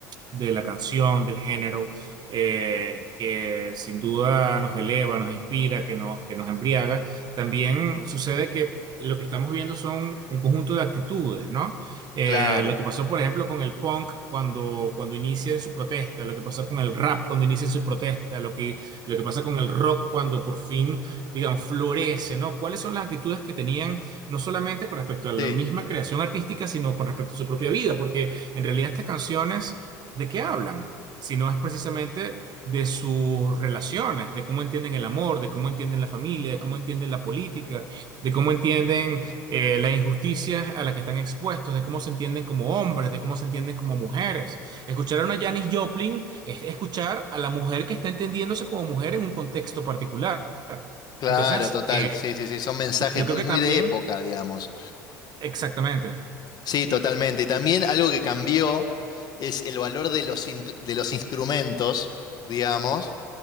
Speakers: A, on the right; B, on the left.
A: de la canción, del género, eh, que sin duda nos eleva, nos inspira, que, no- que nos embriaga, también sucede que lo que estamos viendo son un conjunto de actitudes, ¿no? Eh,
B: Claro,
A: lo que pasó, por ejemplo, con el punk cuando, cuando inicia en su protesta, lo que pasa con el rap cuando inicia en su protesta, lo que, lo que pasa con el rock cuando por fin, digamos, florece, ¿no? ¿Cuáles son las actitudes que tenían no solamente con respecto a la
B: sí.
A: misma creación artística, sino con respecto a su propia vida? Porque en realidad estas canciones de qué hablan, sino es precisamente de sus relaciones, de cómo entienden el amor, de cómo entienden la familia, de cómo entienden la política, de cómo entienden eh, las injusticias a las que están expuestos, de cómo se entienden como hombres, de cómo se entienden como mujeres. Escuchar a una Janis Joplin es escuchar a la mujer que está entendiéndose como mujer en un contexto particular.
B: Claro,
A: Entonces,
B: total,
A: eh,
B: sí, sí, sí, son mensajes
A: yo
B: muy,
A: creo que
B: muy
A: también,
B: de época, digamos.
A: exactamente,
B: Sí, totalmente. Y también algo que cambió es el valor de los, in- de los instrumentos, digamos.